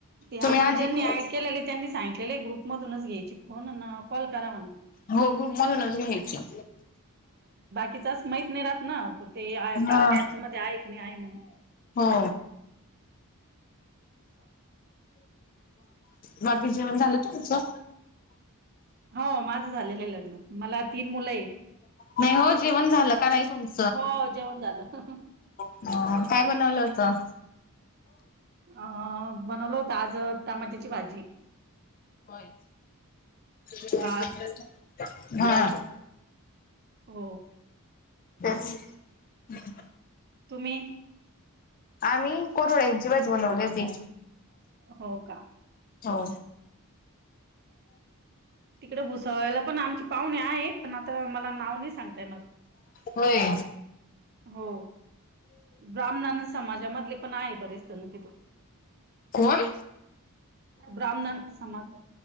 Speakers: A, on the right (about 45°); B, on the left (about 40°).
A: ते
B: तुम्ही
A: आम्हांला
B: आधी
A: ज्यांनी
B: हो
A: ऍड केलेले त्यांनी सांगितलेलं आहे, ग्रुप मधूनच घ्यायची फोन अन् कॉल करा म्हणे.
B: हो ग्रुप मधून घ्यायचं.
A: किचास माहित नाही राहत ना, ते
B: हा
A: का ऍप्स मध्ये आहे की नाही आहे म्हणून.
B: हो... बाकी जेवण झालं तुमचं?
A: हो माझं झालेलं आहे लग्नं, मला तीन मुलं आहे.
B: नाही हो, जेवण झालं का नाही तुमचं?
A: हो जेवण झालं.
B: ह काय बनवलं होतं?
A: अ बनवलं हो आज टमाट्याची भाजी
B: होय <unintelligible>
A: भात
B: हा
A: हो
B: तेच
A: तुम्ही?
B: आम्ही कुरूड्यांची भाजी बनवली होती.
A: हो का
B: हो.
A: तिकडे भुसवळ्याला पण आमची पाहुणे आहे, पण आता मला नाव नाही सांगता येणार.
B: होय.
A: हो ब्राह्मणान समाजामधले पण आहे बरेच जण तिथं.
B: कोण?
A: ब्राह्मण समाज